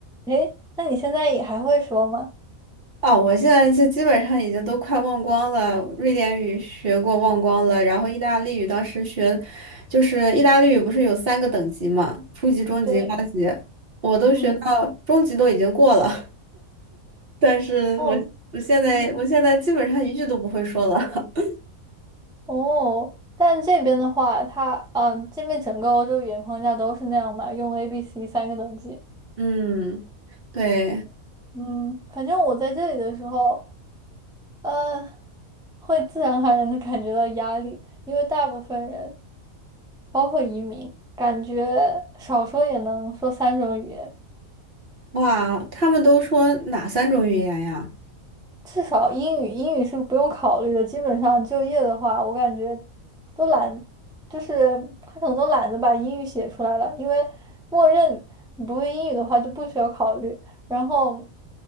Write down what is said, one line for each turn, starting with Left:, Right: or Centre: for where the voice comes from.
Centre: 诶，那你现在也还会说吗？
Right: 哦，我现在就基本上已经都快忘光了，瑞典语学过忘光了，然后意大利语当时学，就是意大利语不是有三个等级嘛，初级、中级、
Centre: 对，
Right: 高级，我都学到中级都已经过了。
Centre: 嗯
Right: 但是我我现在我现在基本上一句都不会说了。
Centre: 哦嗯
Right: <laughs>
Centre: 哦，但这边的话，它嗯、呃这边整个欧洲语言框架都是那样嘛，用 A、B、C 三个等级。
Right: 嗯，对，
Centre: 嗯，反正我在这里的时候，呃，会自然而然的感觉到压力，因为大部分人，包括移民，感觉少说也能说三种语言，
Right: 哇，他们都说哪三种语言呀？
Centre: 至少英语，英语是不用考虑的。基本上就业的话，我感觉都懒，就是他可能都懒得把英语写出来了，因为默认你不会英语的话就不需要考虑。然后